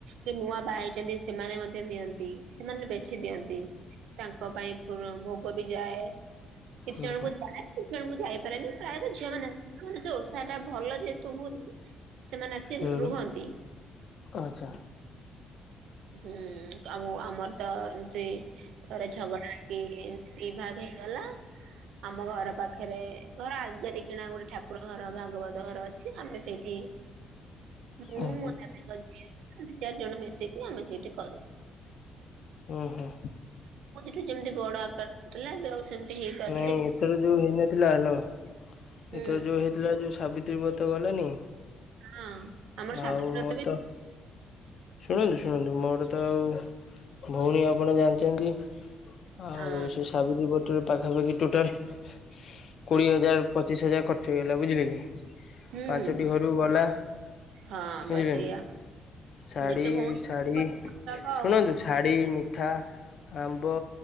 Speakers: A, on the right (about 85°); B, on the left (about 60°).
A: କି ନୂଆ ବା ହେଇଛନ୍ତି ସେମାନେ ମଧ୍ୟ ଦିଅନ୍ତି ସେମାନେ ବେଶୀ ଦିଅନ୍ତି ତାଙ୍କ ପାଇଁ ଭୋଗ ବି ଯାଏ କିଛି
B: ହୁଁ
A: ଜଣଙ୍କୁ ଯା କିଛି ଜଣଙ୍କୁ ଯାଇପାରେନି ପ୍ରାୟତଃ ଝିଅ ମାନେ ପା ଭଲ ଯେହେତୁ ହୁଏନି ସେମାନେ ଆସି
B: ହୁଁ ହୁଁ
A: ରୁହନ୍ତି।
B: ଆଚ୍ଛା
A: ହୁଁ। ଆଉ ଆମର ତ ଏମିତି ଥରେ ଝଗଡା ହେଇକି ଏମତି ଦି ଭାଗ ହେଇଗଲା। ଆମ ଘର ପାଖରେ ଘର ଆଗରେ, କିଣା ଗୋଟେ ଠାକୁର ଘର ଭାଗବତ ଘର ଅଛି ଆମେ ସେଇଠ ମୁଁ
B: ହୁଁ
A: ମୋ ଦାଦାଙ୍କ ଝି ଦି ଚାରି ଜଣ ମିଶିକି ଆମେ ସେଇଠି କରୁ।
B: ହୁଁ ହୁଁ
A: ଠୁ ଯେମତି ବଡ ଆକାର ହଉଥିଲା ଏବେ ଆଉ ସେମିତି ହେଇପାରୁ
B: ନାଇଁ ଏଥର ଯୋଉ ହେଇନଥିଲା ହେଲ
A: ହୁଁ
B: ଏଥର ଯୋଉ ହେଇଥିଲା ଯୋଉ ସାବିତ୍ରୀ ବ ତ ଗଲଣିି
A: ହଁ ଆମର ସାବିତ୍ରୀ
B: ଆଉ
A: ବ୍ରତ
B: ମୋର
A: ବି
B: ତ ଶୁଣନ୍ତୁ ଶୁଣନ୍ତୁ ମୋର ତ ଆଉ ଭଉଣୀ ଆପଣ ଜାଣିଛନ୍ତି ଆଉ
A: ହଁ
B: ସେ ସାବିତ୍ରୀ ବଟରେ ପାଖାପାଖି ଟୋଟାଲ କୋଡିଏ ହଜାର ପଚିଶ ହଜ ଖର୍୍ଚଇଗଲା ବୁଝିଲେ କି
A: ହୁଁ
B: ପାଞ୍ଚଟି ଘରୁ ଗଲା
A: ହଁ
B: ବୁଝିଲି
A: ବାସ୍ ସେଇଆ
B: ଶାଢୀ
A: ଯେତେ ଭଉଣୀ
B: ଶାଢୀ
A: ହବ ଆଉ
B: ଶୁଣନ୍ତୁ ଶାଢୀ ମିଠା ଆମ୍ବ